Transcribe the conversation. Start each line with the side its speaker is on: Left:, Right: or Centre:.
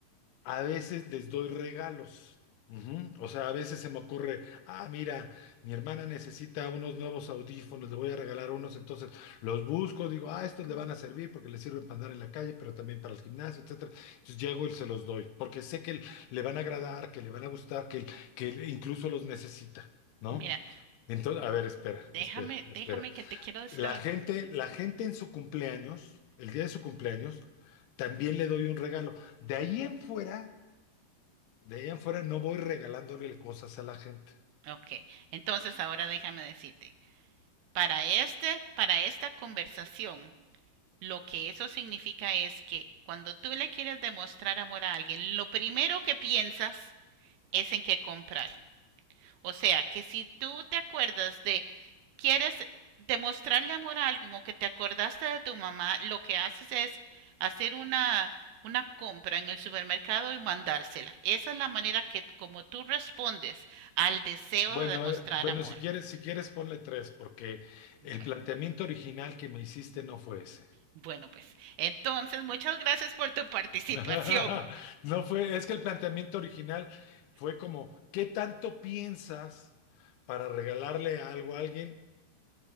Left: a veces les doy regalos. Ujú. O sea, a veces se me ocurre, ah, mira, mi hermana necesita unos nuevos audífonos, le voy a regalar unos, entonces los busco, digo, ah, estos le van a servir porque le sirven para andar en la calle, pero también para el gimnasio, etcétera. Entonces llego y se los doy, porque sé que le van a agradar, que le van a gustar, que, que incluso los necesita, ¿no?
Right: Mira,
Left: Entonces, a ver, espera,
Right: déjame,
Left: espera, espera.
Right: déjame que te quiero decir
Left: La
Right: algo.
Left: gente, la gente en su cumpleaños, el día de su cumpleaños, también le doy un regalo. De ahí en fuera, de ahí en fuera no voy regalándole cosas a la gente.
Right: Ok, entonces ahora déjame decirte. Para este, para esta conversación, Lo que eso significa es que cuando tú le quieres demostrar amor a alguien, lo primero que piensas es en qué comprar. O sea, que si tú te acuerdas de quieres demostrarle amor a alguien o que te acordaste de tu mamá, lo que haces es hacer una una compra en el supermercado y mandársela. Esa es la manera que como tú respondes al deseo
Left: Bueno,
Right: de demostrar
Left: eh, bueno,
Right: amor.
Left: si quieres, si quieres ponle tres, porque
Right: Bueno,
Left: el planteamiento original que me hiciste no fue ese.
Right: bueno pues entonces muchas gracias por tu participación.
Left: <laughs> No fue, es que el planteamiento original fue como, ¿qué tanto piensas para regalarle algo a alguien,